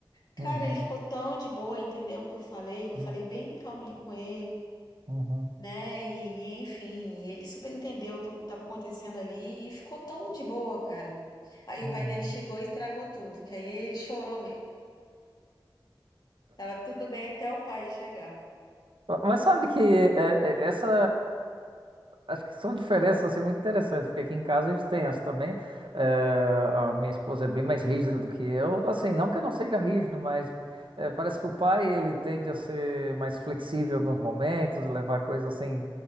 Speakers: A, on the left; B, on the right.
A: Cara,
B: uhum,
A: ele ficou tão de boa, entendeu o que eu falei, que eu
B: uhum,
A: falei bem calminha com ele,
B: uhum.
A: né? E, e, enfim, ele super entendeu tudo que estava acontecendo ali e ficou tão de boa, cara. Aí
B: uhum.
A: o pai dele chegou e estragou tudo, que aí ele chorou Tava tudo bem até o pai chegar.
B: Mas sabe que é, é, essa. é, acho que são diferenças assim, muito interessantes, porque aqui em casa a gente tem essa também. É, a minha esposa é bem mais rígida do que eu. Assim, não que eu não seja rígido, mas é, parece que o pai ele tende a ser mais flexível em alguns momentos, levar coisas assim,